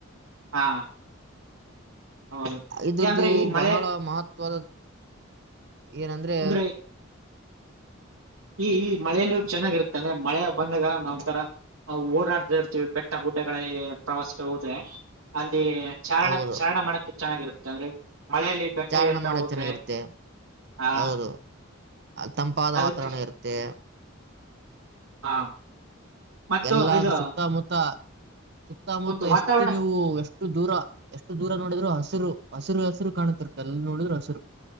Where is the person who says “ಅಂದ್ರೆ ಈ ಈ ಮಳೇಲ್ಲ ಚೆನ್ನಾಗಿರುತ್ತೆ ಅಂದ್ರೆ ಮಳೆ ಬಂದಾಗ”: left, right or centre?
Right